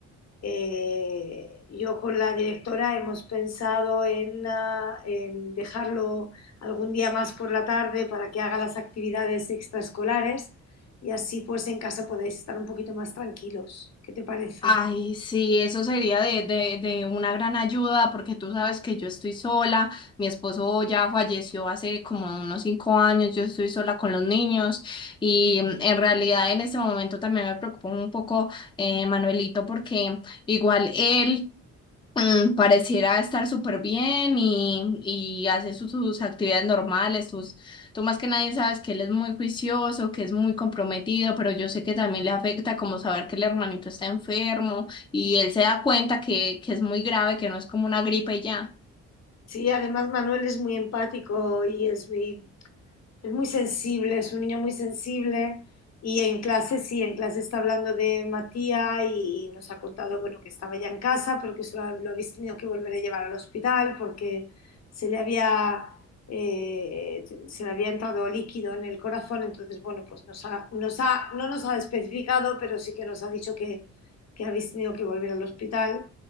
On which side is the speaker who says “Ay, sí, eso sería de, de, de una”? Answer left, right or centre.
Left